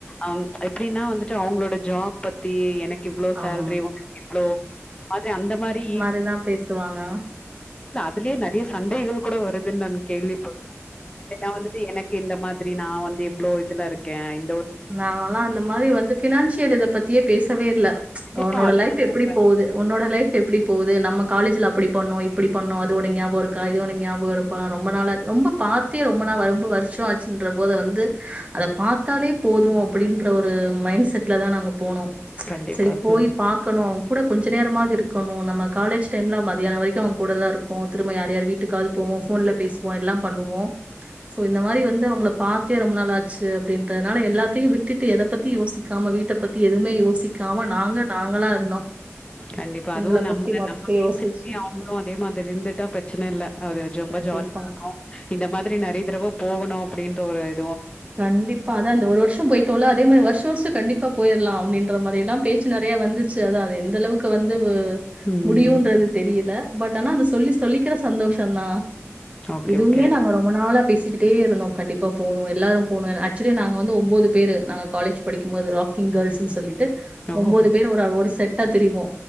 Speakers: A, on the left; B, on the right.
A: அம் எப்டின்னா வந்துட்டு அவுங்களோட ஜாப் பத்தி எனக் கு இவ்ளோ
B: ஆமா
A: சேல்ரி ஒனக்கு இவ்ளோ அது அந்த மாரி
B: ரிதா பேசுவாங்க
A: இதுலே நெறைய சண்டைகள் கூட வரு துன் நாங் கேள்வி பட்றோ ஏன்னா வந்துட்டு எனக்கு இந்த மாதிரி நா வந்து இ வ்ளோ இதுல இருக்கே இ
B: நாங்கல்லா அந்த மாரி வந்து ஃபினான்ஷியல் இத பத் தியே பேசவே இல்ல
A: கண்டிப்பா
B: ஒன்னோட
A: அதுதான்
B: லைஃப் எப்பிடி
A: சொல்றேன்.
B: போது ஒன்னோட லைஃ ப் எப்டி போது நம்ம காலேஜுல அப்பிடி பண்ணோ இப்பிடி பண்ணோ அது ஒனக் ஞாபொ இருக்கா இது ஒனக் ஞாபக இருப்பா ரொம்ப நாளா ரொம்ப பாத்தே ரொம்ப நா வ ரொம்ப வருஷ ஆச்சுன்ற போத வந்து அத பாத்தாலே போது அப்புடின்ற ஒரு மைண்ட் செட்ல தா நாங்க போனோ
A: கண்டிப்பா.
B: செரி போய்
A: ம்.
B: பாக்கணு அவுங் கூட கொஞ்ச நேரமாது இருக்கணு நம்ம காலேஜ் டைம்ல மதியான வரைக்கு அவுங் கூடதாருப்போ திரும்ப யார் யார் வீட்டுக்காது போவோ ஃபோன்ல பேசுவோ எல்லாம் பண்ணுவோ சோ இந்த மாரி வந்து அவுங்கள பாத்தே ரொம்ப நாள் ஆச்சு அப்டின்ற னால எல்லாத்தையு விட்டுட்டு எத பத்தி யோசிக்காம வீட்ட பத்தி எதும்மே யோசிக்காம நாங்க நாங்களா இருந்தோ
A: கண்டிப்பா அதுவு
B: எங்கள
A: நம்ம
B: பத்தி மட்டு
A: நம்ம மைண்ட்
B: யோசிச்சு
A: செட் <inaudible> அவுங்களு அதே மாதிரிந்துட்டா பிரச்சன இல்ல அது ஜொம்ப
B: கண்டிப்பா
A: ஜாலியா இருக்கு இந்த மாதிரி நெறைய தடவ போகணு அப்புடின்ற ஒரு இ
B: கண்டிப்பா அதா இந்த ஒரு வருஷம் பொயிட்டோல்ல அதே மாரி வருஷ வருஷோ கண்டிப் பா போயர்லா அப்டின்ற மாரி எல்லா பேச்சு நெறைய வந்துச்சு அதா அது எந்தளவுக்கு வந்து வ
A: ம்.
B: முடியுன்றது தெரியில பட் ஆனா அத சொல்லி சொல்லிக்கிற சந்தோஷந்தா
A: ஓகே,
B: இதுவுமே
A: ஓகே.
B: நாங்க ரொம்ப நாளா பேசிக்கிட்டே இருந்தோ கண்டிப்பா போணு எல்லாரு போன ஆக்சுவலி நாங்க வந்து ஒம்போது பேரு நாங்க காலேஜ் படிக் கும்போது ராக்கிங் கேர்ள்ஸுன்னு சொல்லிட்டு
A: ஓஹோ!
B: ஒம்போது பேர் ஒரு ஒரு செட் டா தெரிவோ.